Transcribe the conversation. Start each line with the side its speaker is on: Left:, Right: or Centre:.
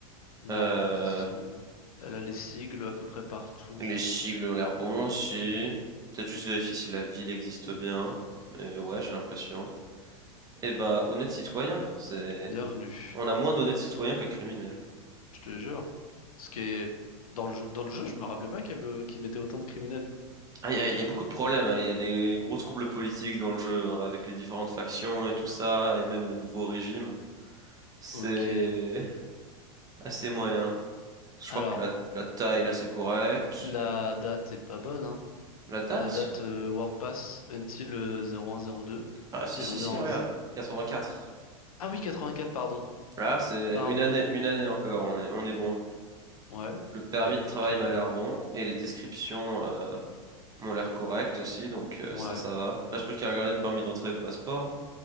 Left: Non,
Right: Euh,
Left: elle ressemble- elle a les sigles à peu près partout.
Right: Les sigles ont l'air bons aussi. Peut-être juste vérifier si la ville existe bien. Mais ouais, j'ai l'impression. Eh ben, honnête citoyen, c'est...
Left: Bienvenue.
Right: On a moins d'honnêtes citoyens que de criminels.
Left: Je te jure. Ce qui est dans le jeu, dans le jeu, je me rappelais pas qu'il y avait... qu'il mettait autant de criminels.
Right: Ah, il y a, y a beaucoup de problèmes, hein. Il y a des gros troubles politiques dans le jeu, hein, avec les différentes factions et tout ça, et même les nouveaux régimes. C'est
Left: Ok.
Right: assez moyen. Je crois
Left: Alors,
Right: que la, la taille, là, c'est correct.
Left: la date est pas bonne, hein.
Right: La date?
Left: La date euh, Work Pass until euh, 0102.
Right: Ah, si,
Left: Et
Right: si,
Left: on
Right: si,
Left: est en...
Right: regarde.
Left: z-
Right: 84.
Left: Ah oui, 84, pardon.
Right: Là, c'est
Left: Pardon.
Right: une année, une année encore, on est, on est bon.
Left: Ouais.
Right: Le permis
Left: et ben écoute,
Right: de travail
Left: euh,
Right: m'a l'air bon et les descriptions euh, m'ont l'air correctes aussi, donc euh,
Left: ouais.
Right: ça, ça va. Reste plus
Left: Fais-
Right: qu'à regarder le permis d'entrée et le passeport.